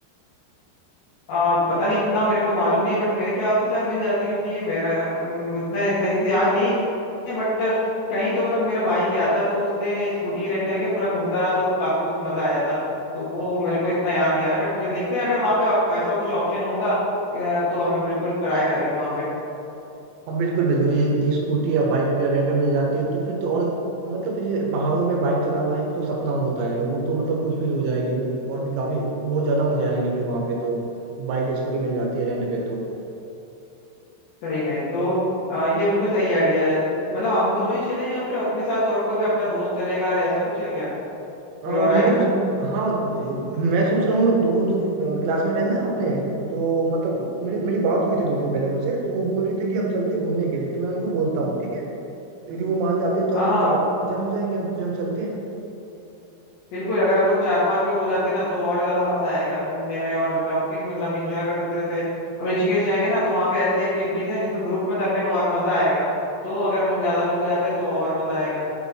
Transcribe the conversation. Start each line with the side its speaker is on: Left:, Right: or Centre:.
Left: आ, पता नहीं इतना मेरे को मालूम नहीं बट मेरे ख्याल से शायद मिल जाती क्योंकि मेरा अम, उतना सही से याद नहीं है बट कहीं तो मतलब मेरा भाई गया था तो उसने स्कूटी रेंट करके पूरा घूमता रहा तो वो काफी उसको मजा आया था तो वो मेरे को इतना याद नहीं आ रहा बट देखते हैं अगर वहाँ पे आप, ऐसा कुछ ऑप्शन होगा अ, तो हम लोग बिल्कुल ट्राई करेंगे वहाँ पे
Right: हम बिल्कुल बिल्कुल ये- यदि स्कूटी या बाइक वगैरह रेंट में मिल जाती है तो फिर तो और मतलब ये पहाड़ों में बाइक चलाना एक तो सपना होता है वो तो मतलब फुलफिल हो जाएगी वो और भी काफी बहुत ज्यादा मजे आएंगे फिर वहां पे तो बाइक या स्कूटी मिल जाती है रेंट पे तो
Left: सही में तो अ, ये बिल्कुल सही आइडिया है मतलब हम दोनों ही चलें या फिर अपने साथ और कोई भी अपना दोस्त चलेगा या ऐसा कुछ है क्या कोई
Right: आ, मेरे
Left: और आएगा
Right: कुछ हाँ द- मैं सोच रहा हूँ मैं दो दो क्लासमेट है ना अपने जो मतलब मेरी मेरी बात हुई थी दो दिन पहले उनसे तो वो बोल रहे थे कि हम चलते हैं घूमने के लिए तो मैं उनको बोलता हूँ ठीक है तो यदि वो मान जाते हैं तो
Left: हाँ
Right: हम
Left: हाँ
Right: चार जन हो जाएंगे हम फिर हम चलते हैं
Left: बिल्कुल अगर हम लोग चार पांच लोग हो जाते ना तो और ज्यादा मजा आएगा घूमने में और काफी मतलब एंजॉय कर सकते हैं। जैसे अब ऋषिकेश जाएंगे ना तो वहाँ पे ऐसी एक्टिविटीज हैं जिसमें ग्रुप में करने में और मजा आएगा तो अगर हम लोग ज्यादा लोग हो जाते हैं तो और मजा आएगा